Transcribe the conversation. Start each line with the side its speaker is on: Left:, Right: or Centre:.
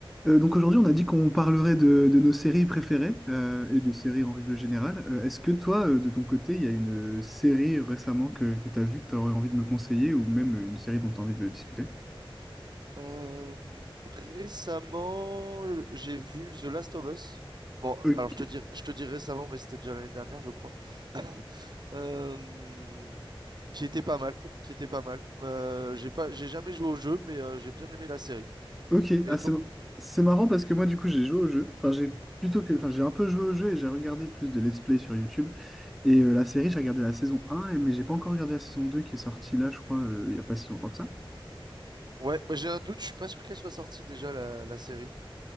Centre: Euh, donc aujourd'hui, on a dit qu'on parlerait de, de nos séries préférées euh, et des séries en règle générale. Euh, est-ce que toi, euh, de ton côté, il y a une euh, série récemment que, que tu as vue que tu aurais envie de me conseiller ou même une série dont tu as envie de discuter?
Right: Euh, récemment, j'ai vu The Last of Us. Bon,
Centre: Ok,
Right: alors je te dis, je te dis récemment, mais c'était déjà l'année dernière, je crois. <laughs> Euh, qui était pas mal, qui était pas mal. Euh, j'ai pas, j'ai jamais joué au jeu, mais euh, j'ai bien aimé la série.
Centre: ok.
Right: Et
Centre: Ah, c'est
Right: toi?
Centre: c'est marrant parce que moi, du coup, j'ai joué au jeu. Enfin, j'ai plutôt que, enfin, j'ai un peu joué au jeu et j'ai regardé plus de let's play sur YouTube. Et euh, la série, j'ai regardé la saison un et- mais j'ai pas encore regardé la saison 2 qui est sortie là, je crois, euh, il y a pas si longtemps que ça.
Right: Ouais, bah, j'ai un doute, je suis pas sûr qu'elle soit sortie déjà la, la série.